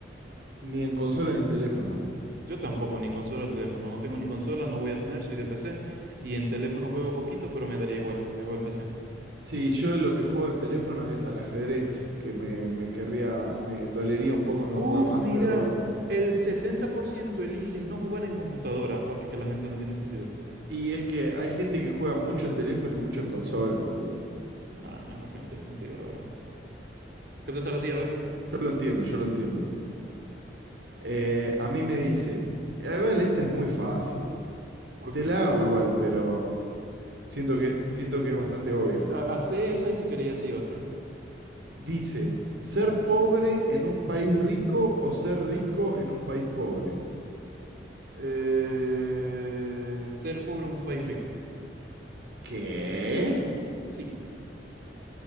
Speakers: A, on the right; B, on the right.
A: Ni en consola ni en teléfono.
B: Yo tampoco, ni en consola el teléfono. No tengo ni consola, no voy a tener, soy de P c Y en teléfono juego poquito, pero me daría igual. Tengo el p c
A: Sí, yo lo que juego en teléfono es al ajedrez, que me, me querría, me dolería un poco no
B: Uf,
A: jugar más,
B: mira,
A: pero bueno.
B: el 70% elige no jugar en computadora. Papi, es que la gente no tiene sentido.
A: Y es que hay gente que juega mucho en teléfono y mucho en consola, boludo.
B: No, no, es que no tiene sentido, la verdad. ¿Qué te sale a ti? A ver,
A: Yo lo entiendo, yo lo entiendo. Eh, a mí me dice, a ver, esta es muy fácil.
B: ¿por
A: Te
B: qué?
A: la hago igual, pero siento que es, siento que es bastante obvia.
B: Sa- Hacé esa y si quería hacer otra.
A: Dice, ¿ser pobre en un país rico o ser rico en un país pobre?
B: Eh, ser pobre en un país rico.
A: ¿Qué?
B: Sí.